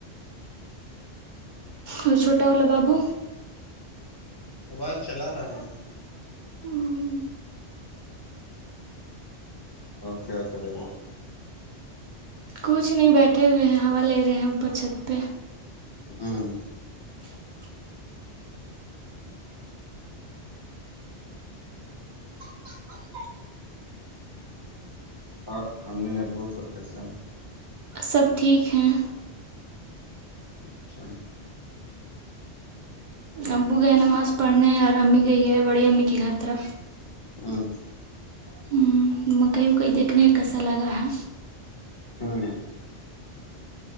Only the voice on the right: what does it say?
اور چھوٹا والا بابو
ہہم
کچھ نہیں بیٹھے ہوئے ہیں ہوا لے رہے ہیں اوپر چھت پہ
<inaudible> <inaudible>
سب ٹھیک ہیں
ابو گئے نماز پڑھنے اور امی گئی ہے بڑی امی کی گھر طرف
ہ مکیی وکی دیکھنا کسا لگا ہا